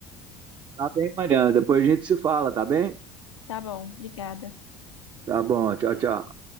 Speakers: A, on the right; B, on the left.
A: Tá bem, Mariana. Depois a gente se fala, tá bem?
B: Tá bom, obrigada.
A: Tá bom, tchau, tchau.